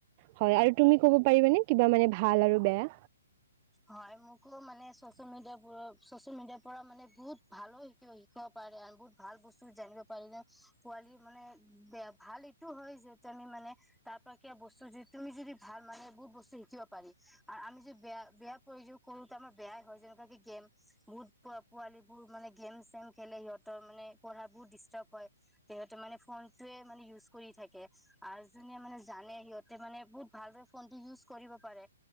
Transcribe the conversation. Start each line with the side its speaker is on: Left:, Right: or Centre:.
Right: হয়, আৰু তুমি ক'ব পাৰিবানে? কিবা মানে ভাল আৰু বেয়া?
Centre: হয়, মোকো মানে চচিয়েল মিডিয়াৰ চচিয়েল মিডিয়াৰ পৰা মানে বহুত ভালো শিকিব শিকিব পাৰে আৰু বহুত ভাল বস্তু জানিব পাৰি পোৱালি মানে বেয়া ভাল এইটো হয়, যে, তুমি মানে তাৰ পৰা কিয়া বস্তু তুমি যদি ভাল মানে বহুত বস্তু শিকিব পাৰি। আৰু আমি যে, বেয়া বেয়া প্ৰয়োগ কৰোতো আমাৰ বেয়াই হয়, যেনেকুৱা কি গেম বহুত পো পোৱালী বোৰ মানে গেম চেম খেলে সিহঁতৰ মানে পঢ়া বোৰ ডিষ্টাৰ্ব হয়, সিহঁতে মানে ফোনটোৱে মানে ইউজ কৰি থাক আৰু যোনে মানে জানে সিহঁতে মানে বহুত ভালদৰে ফোনটো ইউজ কৰিব পাৰে